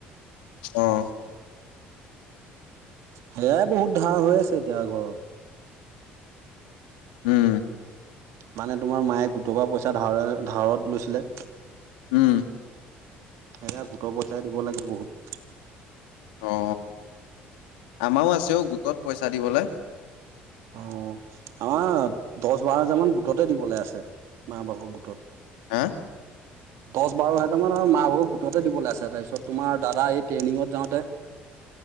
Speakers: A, on the left (about 90°); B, on the right (about 70°).
A: অ'
B: সেয়াই বহুত ধাৰ হৈ আছে এতিয়া ঘৰত।
A: উম!
B: মানে তোমাৰ মায়ে গোটৰ পৰা পইচা ধাৰ ধাৱত লৈছিলে।
A: উম!
B: এয়া গোটৰ পইচাই দিব লাগে বহুত
A: অ আমাৰো আছেও অ গোটত পইচা দিবলে
B: অ আমাৰ দছ বাৰ হাজাৰ মান গোটতে দিবলে আছে মা ভাগৰ গোটত
A: হেএ
B: দহ বাৰ হাজাৰ মান মাহ ভাগৰ গোটতে দিবলে আছে তাৰপিছত তোমাৰ দাদা এই ট্ৰেইনিঙত যাওঁতে